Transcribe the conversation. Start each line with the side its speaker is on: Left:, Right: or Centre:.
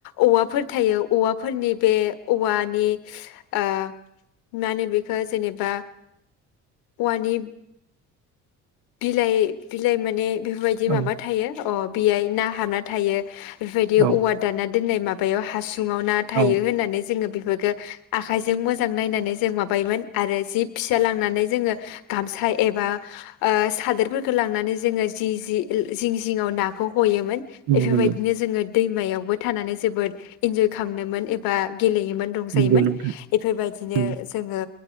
Left: औवा फोर थायो औवाफोरनि बे औवानि ओ मा होनो बेखौ जेनेबा औवानि बिलाइ बिलाइ माने बेफोरबायदि माबा
Right: औ
Left: थायो अ बेयाय ना हाबना थायो। बेफोरबायदि
Right: औ
Left: औवा दानना दोननाय मा बायाव हा सुंआव ना
Right: औ
Left: थायो
Right: नंगौ औ
Left: होननानै जोङो बेफोरखो आखाइजों मोजां नायनानै जों माबायोमोन आरो जि फिसा लांनानै जोङो गामसा एबा ओ सादोरफोरखो लांनानै जोङो जि-जि-जिं जिं आव ना हयोमोन
Right: नंगौ
Left: इफोरबायदिनो
Right: नंगौ
Left: जोङो दैमायावबो थानानै जोबोद इन्जय खामनोमोन एबा गेलेयोमोन रंजायोमोन
Right: नंगौ नोंथां
Left: इफोरबायदिनो
Right: औ
Left: जोङो